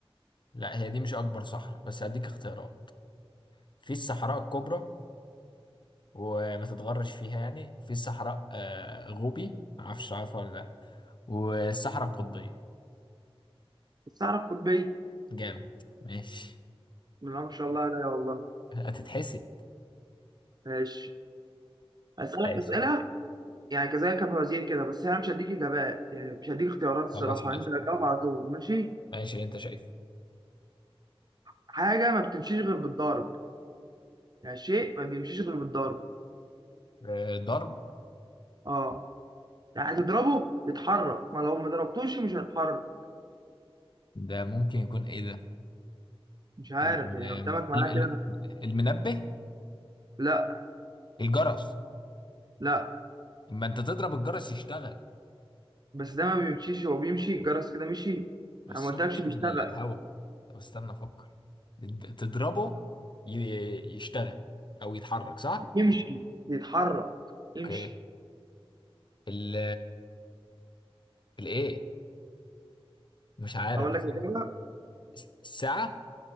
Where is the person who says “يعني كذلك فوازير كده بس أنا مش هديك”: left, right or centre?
Right